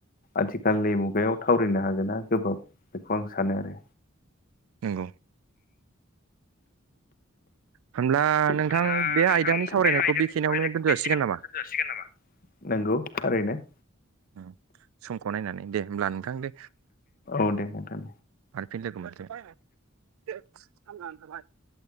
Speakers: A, on the left (about 45°); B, on the right (about 85°).
A: आथिखालनि मुगायाव थावरिनो हागोन ना गोब्राब बेखौ आं सानो आरो
B: नंगौ होमब्ला
A: हब्ला
B: नोंथां बे
A: नोंथां
B: आयदानि सावरायनायखौ
A: बे आयदानि
B: बेखिनियावनो
A: सावरायनायखौ
B: दोनथ'
A: बेखिनियावनोजोन
B: जासिगोन नामा
A: जासिगोन नामा नंगौ थारैनो
B: उम समखौ नायनानै दे होमब्ला नोंथां दे
A: औ दे नोंथां
B: आरो फिन लोगो मोन्थों। <inaudible>